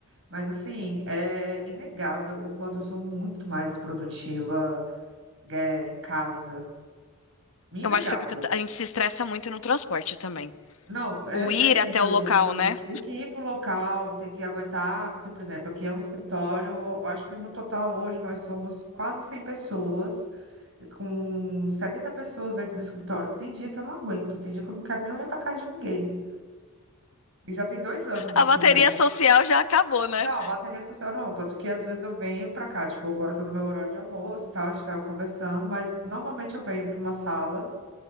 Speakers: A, on the right (about 60°); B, on the left (about 70°).
A: Mas, assim, é inegável o quanto eu sou muito mais produtiva, é, em casa. Inegável.
B: Eu acho que é porque a gente se estressa muito no transporte também.
A: Não, é,
B: O ir
A: é
B: até
A: isso. Eu,
B: o local,
A: eu
B: né?
A: tenho que ir para o local, tenho que aguentar, porque, por exemplo, aqui é um escritório, eu acho que no total hoje nós somos quase 100 pessoas, com 70 pessoas dentro do escritório. Tem dia que eu não aguento, tem dia que eu não quero nem olhar para a cara de ninguém. E já tem dois anos
B: A
A: isso,
B: bateria
A: né?
B: social já acabou, né?
A: Não, bateria social não. Tanto que às vezes eu venho pra cá, tipo, agora eu tô no meu horário de almoço e tal, a gente tá conversando, mas normalmente eu venho pra uma sala,